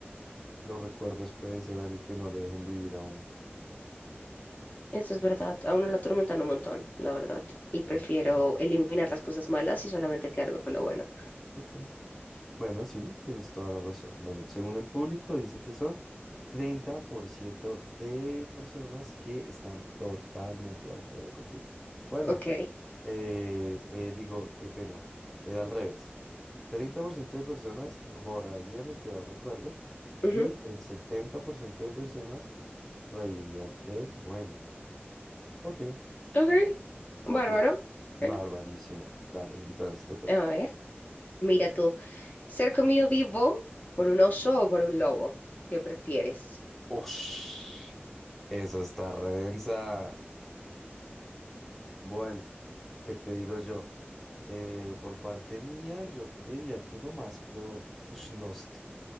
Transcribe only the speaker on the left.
Eso es verdad, a uno lo atormentan un montón, la verdad. Y
prefiero eliminar las cosas malas y solamente quedarme con lo bueno.
Ok.
ujú,
Ok.
Bárbaro.
Eh,
A ver. Mira tú. ¿Ser comido vivo por un oso o por un lobo? ¿Qué prefieres?